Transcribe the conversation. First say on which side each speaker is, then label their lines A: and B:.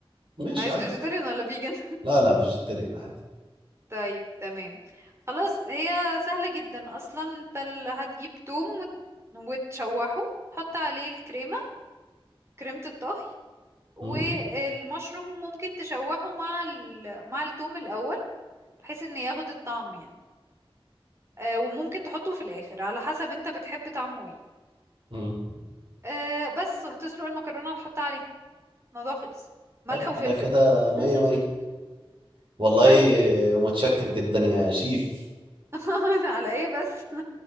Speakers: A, on the right; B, on the right.
A: ماشي
B: عايز
A: عادي
B: فيجيتيريان ولا فيجن
A: لا لا فيجيتيريان عادي
B: <laughs> طيب تمام خلاص هي سهلة جدا اصلا انت اللي هتجيب توم وت- وتشوحه تحط عليه الكريمة كريمة الطهي والمشروم
A: مم.
B: ممكن تشوحه مع ال... مع التوم الاول بحيث ان ياخد الطعم يعني آه وممكن تحطه في الاخر على حسب انت بتحب طعمه ايه
A: مم.
B: آه بس وهتسلق المكرونة وتحطها عليها الموضوع خلص ملح
A: طيب
B: وفلفل
A: ده كده
B: بقى
A: مية
B: <laughs>
A: مية والله
B: بس كده
A: متشكر جدا يا شيف
B: <laughs> على ايه بس <laughs>